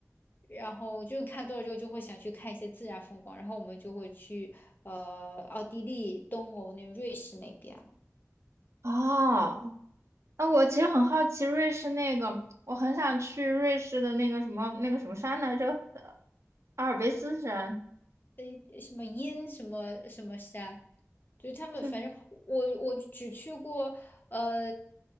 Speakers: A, on the left; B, on the right.
A: 然后就看多了之后，就会想去看一些自然风光。然后我们就会去呃奥地利、东欧那瑞士那边。
B: 哦，那我其实很好奇瑞士那个，我很想去瑞士的那个什么那个什么山来着，呃阿尔卑斯山，
A: 呃什么阴什么什么山，就是他们反正我我只去过呃
B: 就